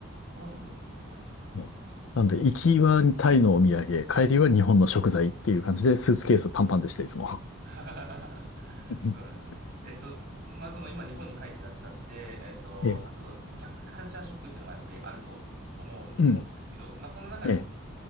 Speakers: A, on the right (about 45°); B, on the left (about 65°).
A: そうなんですね。
B: ねなんで、行きはタイのお土産、帰りは日本の食材っていう感じで、スーツケースパンパンでした、いつも。
A: <laughs> そう
B: <laughs>
A: なんですね。えっと、まあ、その今日本に帰ってらっしゃって、えっと、
B: ええ、
A: まあ、ちょっと逆カルチャーショックっていうのがやっぱりあると思うんですけど、
B: うん。
A: まあ、そんな中でその
B: ええ、